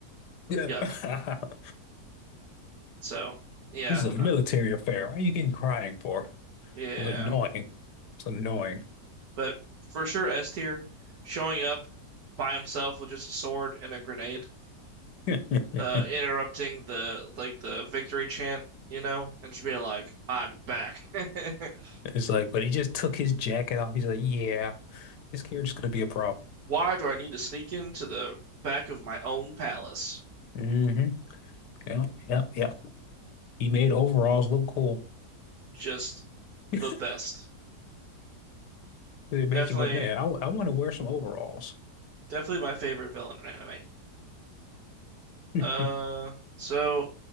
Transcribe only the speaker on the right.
Yuck.
So yeah,
uh,
yeah.
But for sure, S tier, showing up by himself with just a sword and a grenade.
uh interrupting the like the victory chant, you know, and just being like, "I'm back." <laughs>
Why do I need to sneak into the back of my own palace?
Just
the best.
Definitely,
definitely my favorite villain in anime.
Uh, so